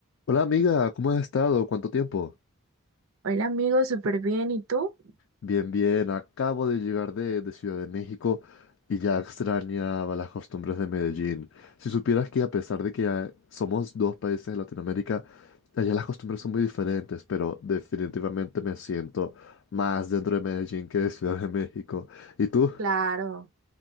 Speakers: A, on the left (about 65°); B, on the right (about 80°).
A: Hola amiga, ¿cómo has estado? ¿Cuánto tiempo?
B: Hola amigo, súper bien. ¿Y tú?
A: Bien, bien, acabo de llegar de, de Ciudad de México y ya extrañaba las costumbres de Medellín. Si supieras que a pesar de que ah, somos dos países de Latinoamérica, allá las costumbres son muy diferentes, pero definitivamente me siento más dentro de Medellín que de Ciudad de México. ¿Y tú?
B: Claro,